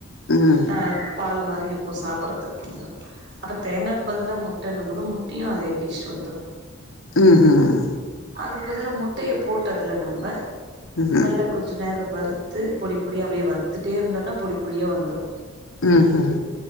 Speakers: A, on the left; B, on the right.
A: ம் ம்ஹும்
B: ந பால்மாரி மாரி இருக்கு சாப்பட்றதுக்கு கொஞ்சோ அப்ப தேங்காக்கு பதிலா முட்டண்ணும் போது முட்டயு அதே டேஸ்ட் வந்துரு
A: ம் ம்
B: அதுக்கு பதிலா முட்டய போட்டு அதுல நம்ப
A: ம்ஹும்
B: நல்லா கொஞ்சோ நேரோ வறுத்து பொடி பொடியா அப்டியே வறுத்துட்டே இருந்தோன்னா பொடி பொடியா வந்துடு
A: ம் ஹூம்